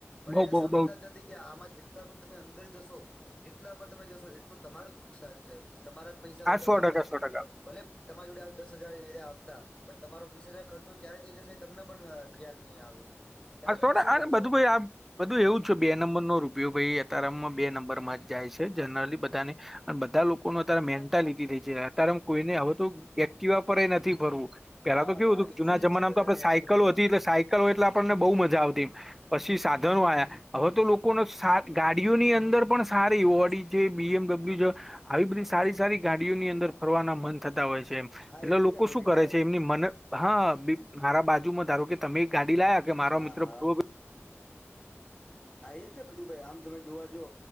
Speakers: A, in the centre; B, on the left.
A: બઉ
B: એના
A: બઉ
B: સમજતા
A: બઉ
B: જ નથી કે આમાં જેટલા પણ તમે અંદર જશો જેટલા પણ તમે જશો એટલું તમારું જ નુકસાન છે તમારા જ પૈસા
A: આ
B: ઓછા
A: સો
B: થવાના
A: ટકા
B: છે.
A: સો ટકા
B: ભલે તમારી જોડે દસ હજાર એ આપતા પણ તમારો વીસ હજાર ખર્ચો ક્યારે થઇ જશે તમને પણ ખ્યાલ નહી આવે. ત્યારે
A: હ સોડા
B: તમે શું
A: આ
B: કરશો
A: બધું ભાઈ આ બધું એવું
B: હમ
A: છે બે નંબર નો રૂપિયો ભાઈ અતારમાં.
B: હમ
A: બે નંબર માં જ જાય છે જનરલી બધાને અને બધા લોકો ન અત્યારે મેન્ટાલિટી થાય છે અત્યારે કોઈને હવે તો એક્ટિવા પર નથી ફરવું પેલા
B: હા
A: તો કેવું
B: ગાડી
A: હતું
B: જ
A: જુના
B: જોઈએ
A: જમાનામાં
B: છે બધાને
A: તો આપડે સાયકલો
B: એકચુલીમાં
A: હતી એટલે સાયકલો એટલે આપણને બહુ મજા આવતી તી સાધનો આયા. હવે તો લોકોને સાત ગાડીઓની અંદર પણ સારી ઓડી છે બી એમડબલ્યુ છે. આવી બધી સારી સારી ગાડીઓની અંદર ફરવાના મન થતા હોય છે એમ.
B: હા
A: એટલે
B: એજ
A: લોકો
B: ને પ્રતિકભાઈ
A: શું કરે છે એમની મને. હા મારા બાજુમાં ધારો કે તમે એક ગાડી લાયા કે મારો
B: હા
A: મિત્ર
B: હા
A: પૂ.
B: હા એજ ને પ્રતિભભાઈ આમ તમે જોવા જો